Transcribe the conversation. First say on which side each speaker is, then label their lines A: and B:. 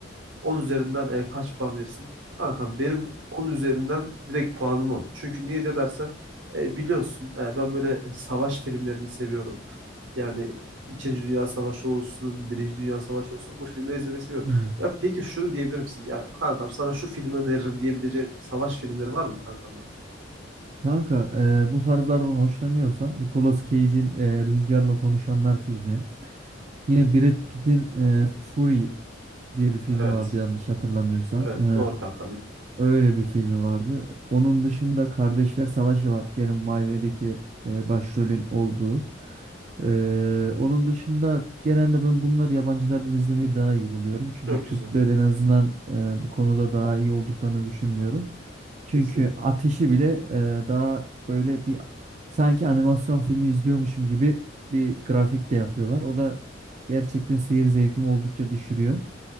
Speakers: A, on the right (about 85°); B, on the right (about 35°).
A: 10 üzerinden e, kaç puan verirsin? Kankam benim 10 üzerinden direkt puanım 10. Çünkü niye de dersen e, biliyorsun e, ben böyle e, savaş filmlerini seviyorum. Yani İkinci Dünya Savaşı olsun, Birinci Dünya Savaşı olsun bu filmleri izlemeyi seviyorum.
B: evet.
A: Ya peki şunu diyebilir misin? Ya kankam sana şu filmi öneririm diyebileceğim savaş filmleri var mı kankam? bana?
B: Kanka, eee, bu tarzlardan hoşlanıyorsan Nicolas Cage'in eee, Rüzgarla Konuşanlar filmi Yine Brad Pitt'in e, Fury diye bir filmi
A: Evet.
B: vardı yanlış hatırlamıyorsam.
A: Evet
B: E,
A: doğru kankam.
B: öyle bir filmi vardı. Onun dışında Kardeşler Savaşı var. Gene Marvel'deki e, başrolün olduğu. E, onun dışında genelde ben bunları yabancılardan izlemeyi daha iyi buluyorum. Çünkü
A: Çok
B: Türkler
A: güzel.
B: en azından e, bu konuda daha iyi olduklarını düşünmüyorum. Çünkü
A: Kesinlikle.
B: ateşi bile e, daha böyle bir sanki animasyon filmi izliyormuşum gibi bir grafik de yapıyorlar. O da gerçekten seyir zevkimi oldukça düşürüyor.